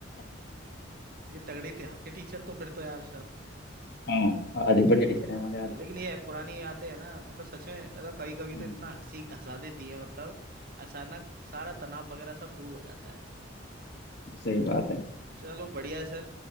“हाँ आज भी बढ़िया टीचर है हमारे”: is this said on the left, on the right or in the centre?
Left